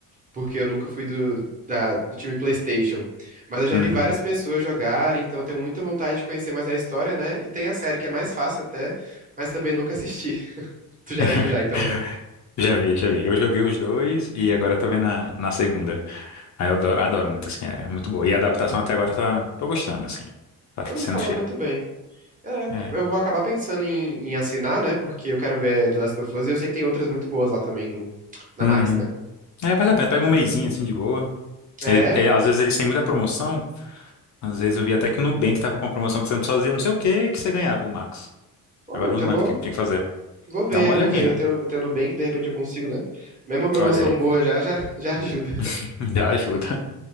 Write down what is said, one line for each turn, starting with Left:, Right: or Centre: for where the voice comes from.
Right: Porque eu nunca fui do, da- do time PlayStation. Mas eu já
Left: Uhum.
Right: vi várias pessoas jogarem, então eu tenho muita vontade de conhecer mais a história, né? E tem a série que é mais fácil até, mas também nunca assisti. <laughs> Tu já
Left: <laughs>
Right: viu já, então, né?
Left: Já vi, já vi. Eu joguei os dois e agora tô vendo a, na segunda. Aí eu adoro, adoro muito, assim, é muito boa. E a adaptação até agora tá, tô gostando, assim. Tá
Right: Todo
Left: sendo
Right: mundo falando
Left: fiel.
Right: muito bem. É,
Left: É.
Right: eu vou acabar pensando em, em assinar, né? Porque eu quero ver The Last of Us e eu sei que tem outras muito boas lá também no, na
Left: Uhum.
Right: Max, né?
Left: É, vale a pena. Pega um mesinho, assim, de boa.
Right: É.
Left: E- e às vezes eles têm muita promoção. Às vezes eu vi até que o Nubank tava com uma promoção que você fazia não sei o que que você ganhava, o Max.
Right: Pô,
Left: Agora
Right: então
Left: eu não
Right: eu
Left: lembro
Right: vou,
Left: o que que tinha que fazer.
Right: vou ver,
Left: Dá uma olhadinha.
Right: vou ver. Eu tenho, eu tenho Nubank, de repente eu consigo, né? Mesmo uma promoção
Left: Olha aí.
Right: boa já, já, <laughs> já ajuda.
Left: <laughs> Já ajuda.